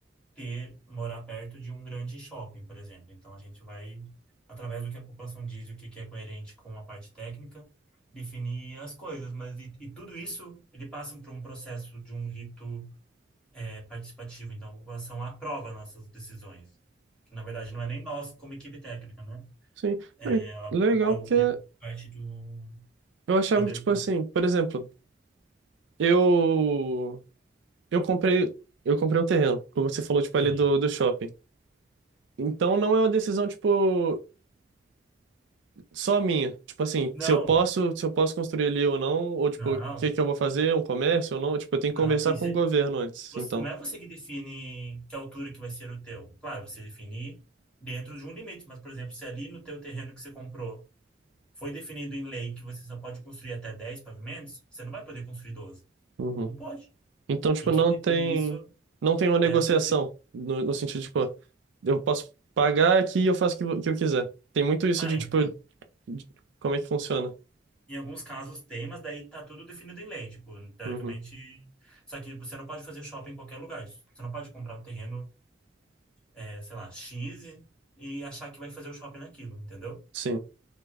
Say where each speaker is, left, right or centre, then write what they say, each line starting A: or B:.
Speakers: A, in the centre; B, on the right.
A: ter, morar perto de um grande shopping, por exemplo. Então a gente vai, através do que a população diz, o que que é coerente com a parte técnica, definir as coisas, mas e, e tudo isso ele passa por um processo de um rito é, participativo, então a população aprova nossas decisões, que na verdade não é nem nós como equipe técnica, né?
B: Sim,
A: É,
B: cara,
A: a- a-
B: legal,
A: é o
B: porque
A: livro de parte do
B: eu achava
A: poder
B: que, tipo
A: público.
B: assim, por exemplo, eu, eu comprei, eu comprei um terreno, como você falou, tipo,
A: Sim.
B: ali do, do shopping. Então não é uma decisão, tipo. Só a minha. Tipo assim,
A: Não,
B: se eu posso, se eu posso construir ali ou não, ou tipo,
A: não,
B: o que que eu vou fazer, um comércio ou não, tipo, eu tenho que
A: não.
B: conversar
A: Isso
B: com
A: é-
B: o governo antes,
A: você-
B: então.
A: não é você que define que altura que vai ser o teu. Claro, você define dentro de um limite, mas, por exemplo, se ali no teu terreno que você comprou foi definido em lei que você só pode construir até 10 pavimentos, você não vai poder construir doze
B: Uhum.
A: Não pode.
B: Então, tipo,
A: E quem
B: não
A: define
B: tem
A: isso
B: não tem uma negociação
A: é essas leis.
B: no, no sentido, tipo, eu posso pagar aqui e eu faço o que, vo- que eu quiser. Tem muito isso
A: Ah,
B: de,
A: em,
B: tipo, de como é que funciona.
A: Em alguns casos tem, mas daí tá tudo definido em lei, tipo, teoricamente.
B: Uhum.
A: Só que você não pode fazer shopping em qualquer lugar. Você não pode comprar um terreno, é, sei lá, X e e achar que vai fazer o shopping naquilo, entendeu?
B: Sim.